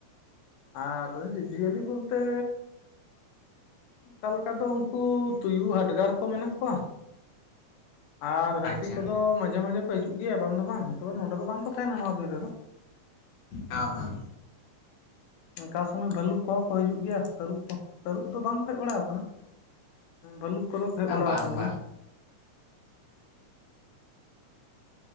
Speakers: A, on the left (about 85°); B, on the left (about 70°).
A: ᱟᱨ ᱡᱤᱭᱟᱹᱞᱤ ᱵᱚᱞᱛᱮᱻ ᱚᱱᱠᱟ ᱞᱮᱠᱟ ᱫᱚ ᱩᱱᱠᱩ ᱛᱩᱭᱩ ᱦᱟᱰᱜᱟᱨ ᱠᱚ ᱢᱮᱱᱟᱜ ᱠᱚᱣᱟ ᱟᱨ ᱦᱟᱹᱛᱤ
B: ᱟᱪᱪᱷᱟ
A: ᱠᱚᱫᱚ ᱢᱟᱡᱷᱮ ᱢᱟᱡᱷᱮ ᱠᱚ ᱟᱨ ᱦᱟᱹᱛᱤ ᱠᱚᱫᱚ ᱢᱟᱸᱡᱷᱮ ᱢᱟᱸᱡᱷᱮ ᱠᱚ ᱦᱤᱡᱩᱜ ᱜᱮᱭᱟ ᱵᱟᱝ ᱫᱚ ᱵᱟᱝ ᱛᱚ ᱱᱚᱰᱮ ᱫᱚ ᱵᱟᱝᱠᱚ ᱛᱟᱦᱮᱱᱟ ᱱᱚᱣᱟ ᱵᱤᱨ ᱨᱮᱫᱚ
B: ᱚ ᱦᱚᱸ
A: ᱚᱱᱠᱟ ᱥᱚᱢᱚᱭ ᱵᱷᱟᱹᱞᱩᱠ ᱠᱚᱦᱚᱸ ᱠᱚ ᱦᱤᱡᱩᱜ ᱜᱮᱭᱟ ᱛᱟᱹᱨᱩᱵᱽ ᱠᱚ ᱛᱟᱹᱨᱩᱵᱽ ᱫᱚ ᱵᱟᱝ ᱠᱚ ᱦᱮᱡ ᱵᱟᱲᱟ ᱟᱠᱟᱱᱟ ᱵᱟᱷᱹᱞᱩᱠ ᱠᱚᱫᱚ ᱠᱚ ᱦᱮᱡ
B: ᱦᱚᱸ
A: ᱵᱟᱲᱟ
B: ᱵᱟᱝ
A: ᱟᱠᱟᱱ
B: ᱵᱟᱝ
A: ᱜᱮᱭᱟ